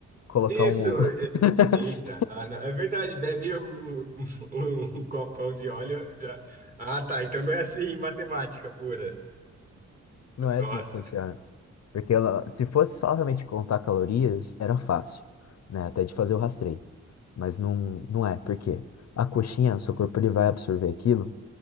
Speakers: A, on the left; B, on the right.
A: colocar
B: Isso!
A: um.
B: é-
A: <laughs>
B: Eita, ah, não, é verdade, bebe um, <laughs> um, um copão de óleo já. Ah, tá, então não é assim matemática pura.
A: Não
B: Nossa.
A: é assim que funciona. Porque ela, se fosse só realmente contar calorias, era fácil, né? Até de fazer o rastreio. Mas não, não é, porque a coxinha, o seu corpo ele vai absorver aquilo